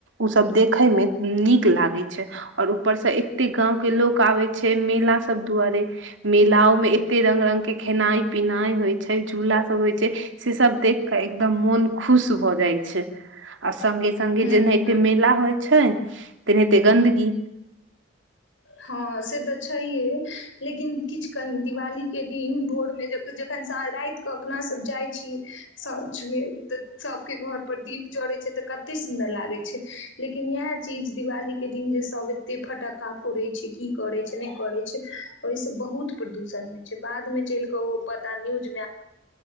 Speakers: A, on the right (about 70°); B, on the left (about 75°).
A: ओसभ देखयमे नीक लागै छै आओर ऊपरसँ एतेक गाँंव के लोक आबै छै मेला सभ दुआरे मेलाओं में एते रंग रंग के खेनाई पिनाइ होइ छै झूला सब होइ छै से सब देख के एकदम मोन खुश भ जा जाइ छै संगे संगे
B: हूँ
A: जेनहिइते मेला होइ छै ते नहिते गन्दगी
B: हँ से तऽ छै है लेकिन किछ कही दिवाली के दिन भोर जखन रात कऽ अपना सब जाइ छीयै साँझमे तऽ सभके घर पर दीप जड़ैत छै तऽ कते सुन्दर लागै छै लेकिन इएह चीज दिवाली के दिन जे सब कतेक फटक्का फोड़ै छै की करै छै नहि करै छै ओहिसँ बहुत प्रदूषण होइ छै बादमे चलि कऽ ओ पता न्यूजमे